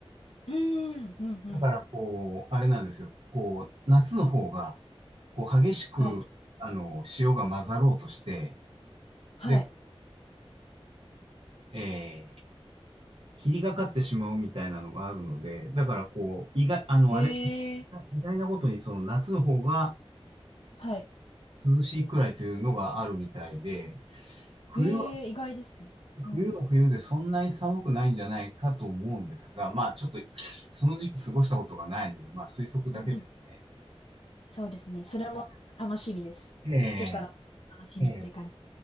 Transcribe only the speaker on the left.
うーん、うんうん。
はい。
はい。
へ
え。
はい。
へえ、意外ですね。うん。
うんうんそうですね。それもなんか楽しみです。
行ってから楽しみって感じ。